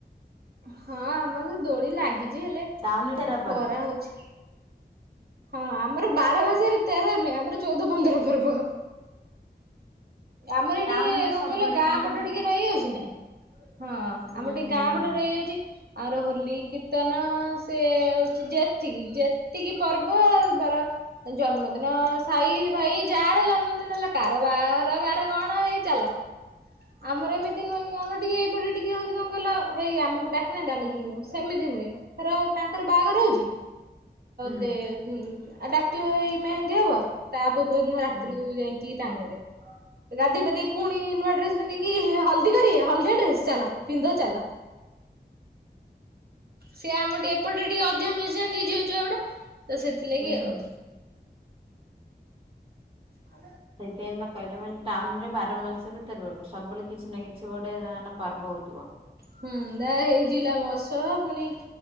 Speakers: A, on the right; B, on the right.
A: ହଁ ଆମର ତ ଦୋଳି ଲାଗିଛି ହେଲେ
B: ଟାଉନୁ
A: ହଁ
B: ରେ <unintelligible>
A: ଖରା ହଉଛି ହଁ ଆମର ବାରବାଜାରେ ତେର ନୁହେଁ ଆମର ଚଉଦ ପନ୍ଦର ପର୍ବ। ଆମର
B: ଟାଉନରେ
A: ଟିକେ କଣ
B: ସବୁବେଳେ
A: କହିଲ ଗାଁ
B: କିନ୍ତୁ
A: ପଟ ଟିକେ ରହିଯାଉଛି ନା? ହଁ
B: ହୁଁ
A: ଆମର ଟିକେ
B: ହୁଁ
A: ଗାଁ
B: ହୁଁ
A: ପଟ ରହିଯାଉଛି। ଆର ହୋଲି କୀର୍ତ୍ତନ ସେ ହଉଛି ଯେତିକି ଯେତିକି ପର୍ବ ବରା ଜନ୍ମଦିନ ସାଇ ଭାଇ ଯାହାର ଜନ୍ମଦିନ ହେଲା କାର ବାହାର କାର କଣ ଏଇ ଚାଲ। ଆମର ଏମିତି ନୁହେଁ ଆମ ଟିକେ ଏପଟେ ଟିକେ ହଉଛି କିଲ ହେଇ ଆମକୁ ଡାକନାହାନ୍ତି ଆମେ ଜିମୁ ସେମିତି ନୁହଁ। ତାଙ୍କର ବାହାଘର ହହୁଛି?
B: ହୁଁ
A: ସେ ଉଁ ଡାକିବେ ମେହେନ୍ଦୀ ହବ ତା ପୂର୍ବ ଦିନ ରାତିରୁ
B: ହୁଁ।
A: ଯାଇକି କି ତାଙ୍କରେ ଗାଧହେଇ ପାଧେଇକି ପୁଣି ନୂଆ ଡ୍ରେସ କି ହଳଦୀ କରିବେ ହଳଦିଆ ଡ୍ରେସ ଚାଲ। ପିନ୍ଦ ଚାଲ। ସିଏ ଆମର ଟିକେ ଏପଟେ ଟିକେ ଅଧିକ ମିଶିଆନ୍ତି ଝିଅ ଛୁଆ ଗୁଡା ତ ସେଥିଲାଗି
B: ହୁଁ
A: ଆଉ।
B: ହୁଁ।
A: ଆ
B: ସେଇଥିପାଇଁ ବା କହିଲେ ମ ଟାଉନ ରେ ବାର ମାସରେ ତେର ପର୍ବ ସବୁବେଳେ କିଛି ନା କିଛି ଗୋଟେ ଯାହାହେଲେ ପର୍ବ ହଉଥିବ।
A: ହୁଁ ତାହେଲେ ଏଇ ଜିଲ୍ଲା ମୋହଶବ ଫୁଣି